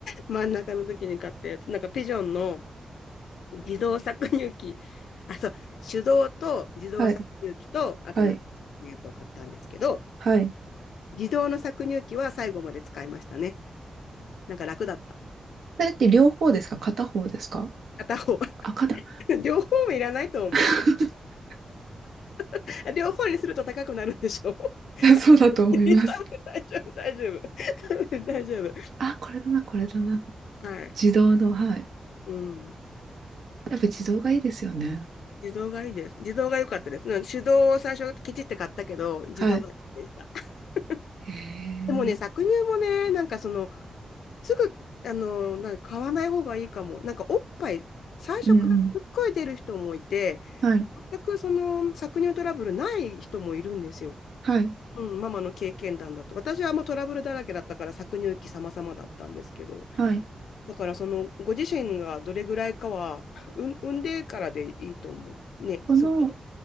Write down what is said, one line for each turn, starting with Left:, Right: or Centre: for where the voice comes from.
Left: 真ん中の時に買ったやつ、なんかピジョンの自動搾乳機、あ、そう、手動と自動搾乳機と、
Right: はい、
Left: あとなんかアナログのやつを買ったんですけど、
Right: はい、はい。
Left: 自動の搾乳機は最後まで使いましたね。なんか楽だった。
Right: それって両方ですか片方ですか
Left: 片方、<laughs>
Right: あ、片
Left: 両方もいらないと思う。
Right: <laughs>
Left: <laughs> 両方にすると高くなるんでしょう <laughs>
Right: そうだと思います。
Left: 多分大丈夫、大丈夫。多分大丈夫。
Right: あ、これだな、これだな。
Left: はい。
Right: 自動の、はい。
Left: うん。
Right: やっぱ自動がいいですよね。
Left: 自動がいいです。自動が良かったです。うん手動を最初ケチって買ったけど、自動が良かったでした。
Right: はい。
Left: <laughs>
Right: へえ。
Left: でもね、
Right: うん
Left: 搾乳もね、なんかその、すぐ、あの、なんか買わない方がいいかも。なんかおっぱい、最初からすっごい出る人もいて、
Right: うん。はい、
Left: 全くその搾乳トラブルない人もいるんですよ。
Right: はい、
Left: うん、ママの経験談だと。私はもうトラブルだらけだったから搾乳期様々だったんですけど、
Right: はい。
Left: だからそのご自身がどれぐらいかは、うん、産んでからでいいと思う。ね、
Right: この、
Left: すぐ。